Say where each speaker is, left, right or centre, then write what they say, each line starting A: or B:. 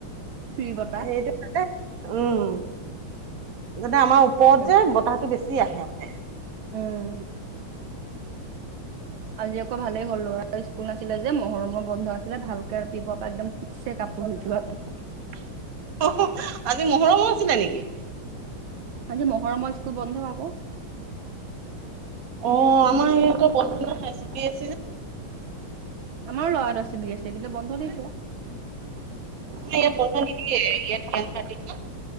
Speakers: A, on the right; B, on the right.
A: ফ্ৰী বতাহ
B: <unintelligible> উম, মানে আমাৰ ওপৰত
A: হয়।
B: যে বতাহটো বেছ <unintelligible> আহে মানে।
A: উম। আজি আকৌ ভালেই হ'ল, ল'ৰাৰ স্কুল নাছিলে যে মহৰমৰ বন্ধ আছিলে, ভালকে ৰাতিপুৱা পাৰ একদম ঠিকছে কাপোৰ ধুলোঁ।
B: <unintelligible> আজি মহৰমো আছিলে নেকি?
A: আজি মহৰমৰ স্কুল বন্ধ আকৌ।
B: অ', আমাৰ সিহঁতৰ বন্ধ নাই ছি বি এ
A: আমাৰো ল'ৰাটোৰ চি বি এছ চি, কিন্তু বন্ধ দিছে।
B: নাই ইয়াত বন্ধ নিদিয়ে ইয়াত <unintelligible> ন।